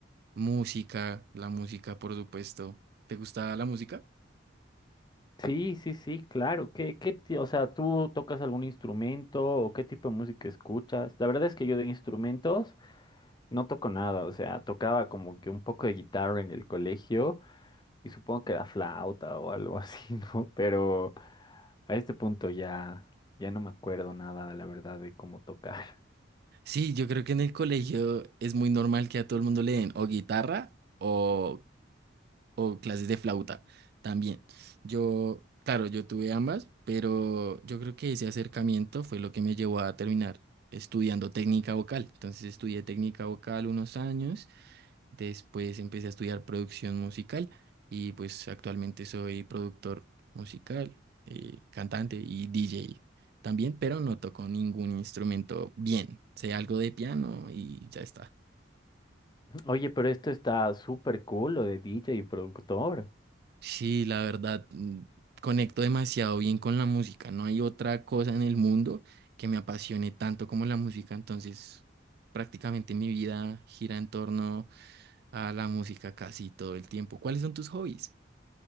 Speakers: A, on the right; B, on the left.
A: música, la música, por supuesto. ¿Te gusta la música?
B: Sí, sí, sí, claro. ¿Qué, qué, ti- o sea, ¿tú tocas algún instrumento o qué tipo de música escuchas? La verdad es que yo de instrumentos no toco nada, o sea, tocaba como que un poco de guitarra en el colegio. Y supongo que la flauta o algo así, <laughs> ¿no? Pero a este punto ya, ya no me acuerdo nada, la verdad, de cómo tocar.
A: Sí, yo creo que en el colegio es muy normal que a todo el mundo le den o guitarra o o clases de flauta también. Yo, claro, yo tuve ambas, pero yo creo que ese acercamiento fue lo que me llevó a terminar estudiando técnica vocal. Entonces estudié técnica vocal unos años, después empecé a estudiar producción musical y pues actualmente soy productor musical, eh, cantante y DJ también, pero no toco ningún instrumento bien. Sé algo de piano y ya está.
B: <laughs> Oye, pero esto está súper cool, lo de DJ y productor.
A: Sí, la verdad, mm, conecto demasiado bien con la música. No hay otra cosa en el mundo que me apasione tanto como la música. Entonces, prácticamente mi vida gira en torno a la música casi todo el tiempo. ¿Cuáles son tus hobbies?